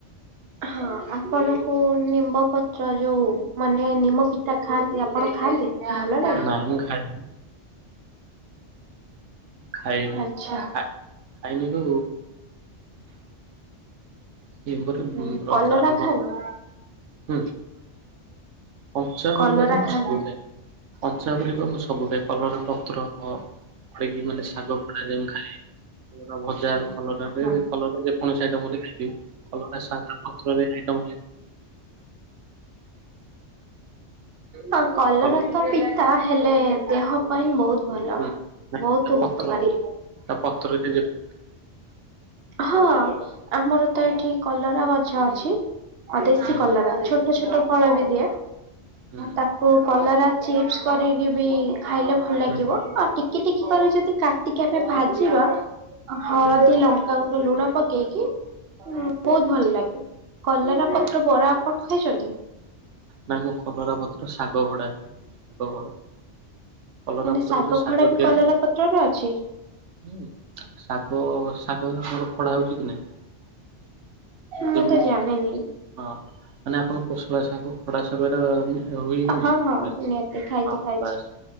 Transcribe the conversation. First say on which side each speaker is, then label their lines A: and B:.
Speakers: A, on the right (about 60°); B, on the right (about 85°).
A: ହଁ ଆପଣଙ୍କୁ ନିମ୍ବ ପତ୍ର ଯୋଉ ମାନେ ନିମ ପିଠ ଖାଆନ୍ତି ଆପଣ ଖାଆନ୍ତି। ଏ ଆମ୍ବେଲଟ
B: ନାଇଁ ମୁଁ ଖାଇନି ଖାଇନି
A: ଆଚ୍ଛା
B: ଖା ଖାଇନି ଗୋ <unintelligible>
A: ହୁଁ କଲରା ଖାଆନ୍ତି?
B: ହୁଁ କଞ୍ଚା
A: କଲରା
B: ପରିବାର ମୁଁ
A: ଖାଆନ୍ତି।
B: ସବୁ ଖାଏ। ପଞ୍ଚା ପରିବା ମୁଁ ସବୁ ଖାଏ କଲର ପତ୍ର ପଡିକି ମାନେ ଶାଗ ପୋଡା ଯେମି ଖାଇ ପୁରା ଭଜା କଲରରେ
A: ହଁ
B: କଲରେ ଯେ କୌଣସି ଆଇଟମ କଲେ ଖାଇଦେବି କଲରା ସ୍ୱାଦ ପତ୍ରରେ ଆଇଟମ
A: ତ କଲରା
B: କଲ
A: ତ ପି ତାହେଲେ ଦେହ ପାଇଁ ବହୁତ ଭଲ
B: ହୁଁ ନାଇଁ
A: ବହୁତ
B: ତା ପତ୍ର
A: ଉପକାରୀ।
B: ତା ପତ୍ରରେ ଯେ ହୁଁ
A: ହଁ ଆମର ତ ଏଠି କଲରା ଗଛ ଅଛି। ଅ ଦେଶୀ
B: ହୁଁ
A: କଲରା ଛୋଟ ଛୋଟ ଫଳ ବି ଦିଏ
B: ହୁଁ
A: ତାକୁ କଉ କଲରା ଚିପ୍ସ କରିକି ବି ଖାଇଲେ ଭଲ ଲାଗିବ
B: ହୁଁ।
A: ଆଉ ଟିକେ ଟିକି ଟିକି କରିବି ଯଦି କାଟିକି ଆମେ ଭାଜିବା ହଳଦୀ
B: ହୁଁ।
A: ଲଙ୍କା ଗୁଣ୍ଡ ଲୁଣ ପକେଇକି ବହୁତ ଭଲ ଲାଗେ। କଲରା
B: ହଁ
A: ପତ୍ର ବରା ଆପଣ ଖାଇଛନ୍ତି।
B: ନାଇଁ ମୁଁ କଲରା ପତ୍ର ଶାଗ ଭଡା ଶାଗ ଭଡା କଲରା
A: ମାନେ
B: ପତ୍ରରେ
A: ଶାଗ ଖଡା ବି
B: ତିଆରି
A: କଲରା ପତ୍ରରେ ଅଛି।
B: ହୁଁ ଶାଗ ଶାଗ ମୋର ଖଡା ହଉଛି କି ନାଇଁ।
A: ମୁଁ
B: ଯେମିତି
A: ତ ଜାଣିନି।
B: ହଁ ମାନେ ଆପଣ ଖଡା ଶାଗ ଖଡା ଶାଗ ଟା ହୁଏ କି
A: ହଁ
B: ନାହିଁ
A: ହଁ
B: ଘରେ
A: ନିହାତି ଖାଇଛି
B: ହଁ
A: ଖାଇଛି।
B: ବାସ୍।